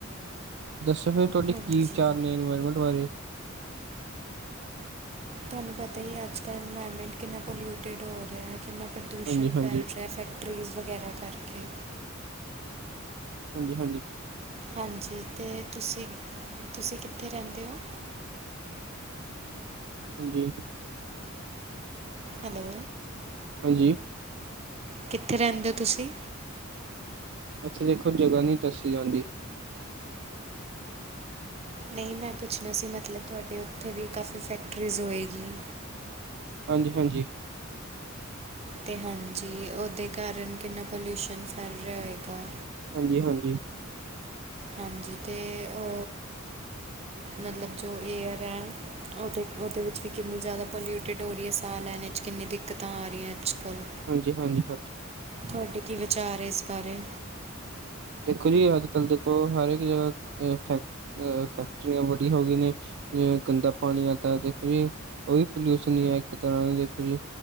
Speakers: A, on the right; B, on the right.
A: ਦੱਸੋ ਫੇਰ ਤੁਹਾਡੇ
B: ਹਾਂਜੀ
A: ਕੀ ਵਿਚਾਰ ਨੇ ਇਨਵਾਇਰਮੈਂਟ ਬਾਰੇ।
B: ਤੁਹਾਨੂੰ ਪਤਾ ਹੀ ਹੈ, ਅੱਜ ਕੱਲ੍ਹ ਇਨਵਾਇਰਮੈਂਟ ਕਿੰਨਾ ਪੋਲਿਊਟਿਡ ਹੋ ਰਿਹਾ, ਕਿੰਨਾ ਪ੍ਰਦੂਸ਼ਣ
A: ਹਾਂਜੀ, ਹਾਂਜੀ,
B: ਫੈਲ ਰਿਹਾ। ਫੈਕਟ ਟਰੀਜ਼ ਵਗੈਰਾ ਕਰਕੇ।
A: ਹਾਂਜੀ, ਹਾਂਜੀ।
B: ਹਾਂਜੀ ਤੇ ਤੁਸੀਂ, ਤੁਸੀਂ ਕਿੱਥੇ ਰਹਿੰਦੇ ਹੋ?
A: ਹਾਂਜੀ।
B: ਹੈਲੋ।
A: ਹਾਂਜੀ।
B: ਕਿੱਥੇ ਰਹਿੰਦੇ ਹੋ ਤੁਸੀਂ?
A: ਉੱਥੇ ਦੇਖੋ ਜਗ੍ਹਾ ਨੀ ਦੱਸੀ ਜਾਂਦੀ।
B: ਨਹੀਂ ਮੈਂ ਪੁੱਛਣਾ ਸੀ, ਮਤਲਬ ਤੁਹਾਡੇ ਉੱਥੇ ਵੀ ਕਾਫੀ ਫੈਕਟਰੀਜ਼ ਹੋਏਗੀ।
A: ਹਾਂਜੀ-ਹਾਂਜੀ।
B: ਤੇ ਹਾਂਜੀ ਉਹਦੇ ਕਾਰਨ ਕਿੰਨਾ ਪੋਲੂਸ਼ਨ ਫੈਲ ਰਿਹਾ ਹੋਏਗਾ।
A: ਹਾਂਜੀ-ਹਾਂਜੀ।
B: ਹਾਂਜੀ ਤੇ ਓ ਮਤਲਬ ਜੋ ਏਅਰ ਏ। ਉਹਦੇ-ਉਹਦੇ ਵਿੱਚ ਵੀ ਕਿੰਨੀ ਜ਼ਿਆਦਾ ਪੋਲਿਊਟਿਡ ਹੋ ਰਹੀ ਐ, ਸਾਹ ਲੈਣੇ ਚ ਕਿੰਨੀ ਦਿੱਕਤਾਂ ਆ ਰਹੀਆਂ। ਅੱਜ ਕੱਲ੍ਹ
A: ਹਾਂਜੀ-ਹਾਂਜੀ-ਹਾਂਜੀ।
B: ਤੁਹਾਡੇ ਕੀ ਵਿਚਾਰ ਹੈ ਇਸ ਬਾਰੇ।
A: ਦੇਖੋ ਜੀ, ਅੱਜ-ਕੱਲ ਦੇਖੋ ਹਰ ਇੱਕ ਜਗ੍ਹਾ ਫੈਕ ਅ ਫੈਕਟਰੀਆਂ ਬੜੀਆਂ ਹੋ ਗਏ ਨੇ। ਜਿਵੇਂ ਗੰਦਾ ਪਾਣੀ ਆ ਤਾਂ ਦੇਖੋ ਜੀ ਉਹ ਵੀ ਪੋਲਿਊਸ਼ਨ ਆ, ਇੱਕ ਤਰ੍ਹਾਂ ਦਾ ਦੇਖੋ ਜੀ।